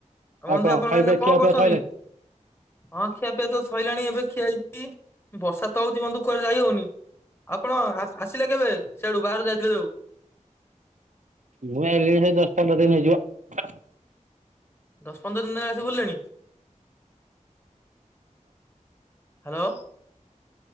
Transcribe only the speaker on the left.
ବନ୍ଧୁ
ଆପଣ
ଏଇନା କଣ
କରୁଛନ୍ତି?
ହଁ ଖିଆ ପିଆ ତ ସଇଲାଣି ଏବେ ଖିଆ ହେଇଛି। ବର୍ଷା ତ ହଉଛି ବନ୍ଧୁ କୁଆରେ ଯାଇ ହଉନି। ଆପଣ ଆସିଲେ କେବେ ସେଆଡୁ ବାହାରୁ ଯାଇଥିଲେ ଯଉ?
ଦଶ ପନ୍ଦର ଦିନ ହେଲା ଆସି ବୁଲିଲେଣି? ହ୍ୟାଲୋ!